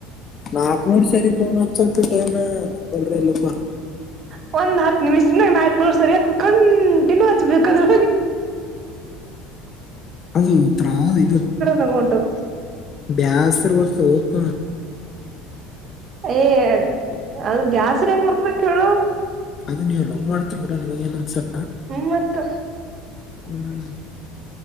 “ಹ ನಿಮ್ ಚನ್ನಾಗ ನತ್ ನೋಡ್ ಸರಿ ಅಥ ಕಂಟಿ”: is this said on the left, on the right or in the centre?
Right